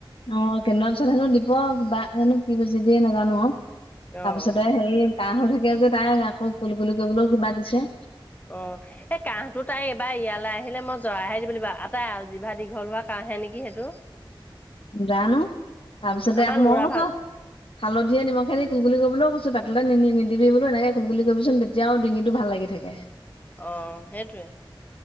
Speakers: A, on the left; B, on the left.
A: অ' কেই দিন পিছত হেনো দিব, কিবা হেনো কি বেজি দিয়ে নাজানো আৰু।
B: অ',
A: তাৰপিছতে
B: অ'।
A: হেৰি কাহঁ হৈ থাকে যে তাইৰ, আকৌ কুল-কুলি কৰিবলৈও কিবা দিছে।
B: অ'। এই কাহঁটো তাই এবাৰ ইয়ালৈ আহিলে মই জৰাইহে দিব লাগিব! তাই আলজিভা দীঘল হোৱা কাঁহহে নেকি সেইটো?
A: জানো, তাৰপিছতে
B: উম, আমাৰ
A: আকৌ
B: ল'ৰা
A: মই কছো
B: ভাল
A: হা'লধিয়ে নিমখে দি কুল-কলি কৰিবলৈও কৈছো, পেতলৈ নিদিবি বোলো এনেকে কুলকুলি কৰিবিচোন যেতিয়াও ডিঙিটো ভাল লাগি থাকে।
B: অ' সেইটোৱে।